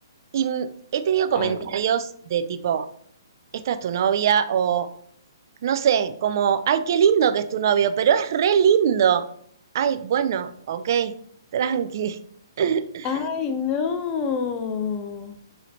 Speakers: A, on the right (about 50°); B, on the left (about 25°).
A: Y mm, he tenido comentarios
B: Ay,
A: de tipo, esta es tu novia, o no sé, como, ay, qué lindo que es tu novio, pero es re lindo. Ay, bueno, ok, tranqui. <laughs>
B: Ay, no.